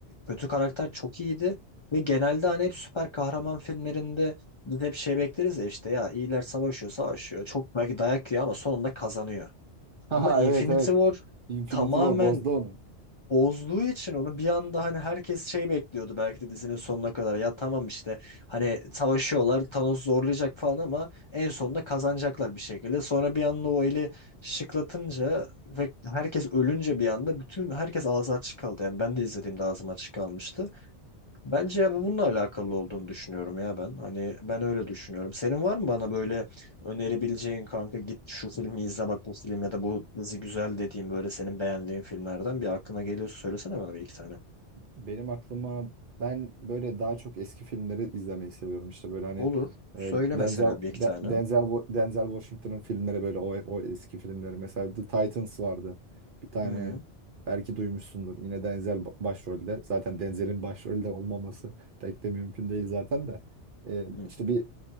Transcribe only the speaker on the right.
Ha
evet evet.
Infinity
War bozdu onu.
Benim aklıma ben böyle daha çok eski filmleri izlemeyi seviyorum. İşte böyle hani
e, Denzel
De-
Denzel Wa- Denzel Washington'ın filmleri böyle o hep o eski filmleri. Mesela The Titans vardı. Bir tane
belki duymuşsundur. Yine Denzel ba- başrolde. Zaten Denzel'in başrolde olmaması pek de mümkün değil zaten de. E,
işte bir